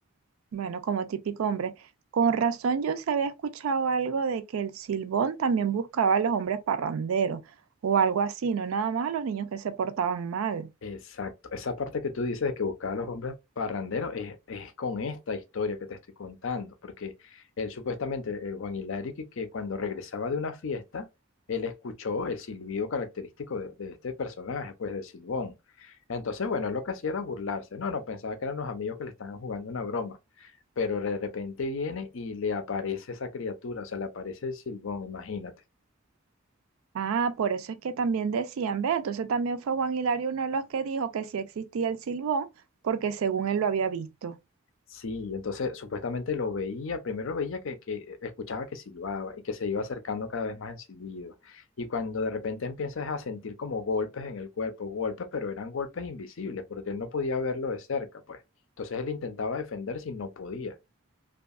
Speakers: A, on the right; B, on the left.
A: Bueno, como típico hombre. Con razón yo se había escuchado algo de que el Silbón también buscaba a los hombres parranderos o algo así, no nada más a los niños que se portaban mal.
B: Exacto, esa parte que tú dices de que buscaba a los hombres parranderos es, es con esta historia que te estoy contando, porque él supuestamente, el Juan Hilario, que, que cuando regresaba de una fiesta, él escuchó el silbido característico de, de este personaje, pues del Silbón. Entonces, bueno, él lo que hacía era burlarse, no, no, pensaba que eran los amigos que le estaban jugando una broma. pero de repente viene y le aparece esa criatura, o sea, le aparece el silbón, imagínate.
A: Ah, por eso es que también decían, ve, entonces también fue Juan Hilario uno de los que dijo que sí existía el silbón, porque según él lo había visto.
B: Sí, entonces supuestamente lo veía, primero lo veía que, que escuchaba que silbaba y que se iba acercando cada vez más en silbido. Y cuando de repente empiezas a sentir como golpes en el cuerpo, golpes, pero eran golpes invisibles porque él no podía verlo de cerca, pues. Entonces él intentaba defenderse y no podía.